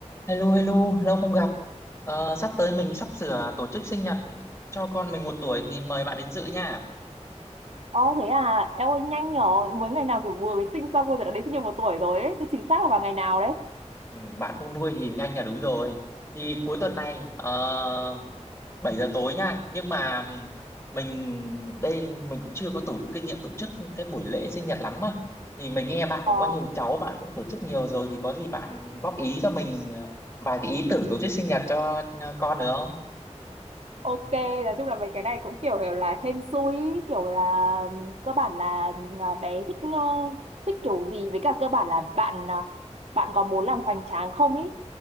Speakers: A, on the left; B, on the right.
A: Hello, hello, lâu không gặp. Ờ, sắp tới mình sắp sửa tổ chức sinh nhật cho con mình một tuổi thì mời bạn đến dự nha.
B: Ồ thế à, em ơi nhanh nhỏ, mới ngày nào kiểu vừa mới sinh xong bây giờ đã đến sinh nhật một tuổi rồi ấy, thì chính xác là vào ngày nào đấy.
A: Ừ, bạn không nuôi thì nhanh là đúng rồi. Thì cuối tuần này uh, 7 giờ tối nha. Nhưng mà mình đây mình cũng chưa có tổ kinh nghiệm tổ chức cái buổi lễ sinh nhật lắm mà. Thì mình nghe bạn
B: Ờ,
A: cũng có nhiều cháu, bạn cũng tổ chức nhiều rồi thì có gì bạn góp ý cho mình ờ, vài cái ý tưởng tổ chức sinh nhật cho ờ, con được không?
B: ok, nói chung là mấy cái này cũng kiểu, kiểu là hên xui, ý, kiểu là ừm, cơ bản là ừm, là bé thích ờ, thích kiểu gì với cả cơ bản là bạn ờ, bạn có muốn làm hoành tráng không ý.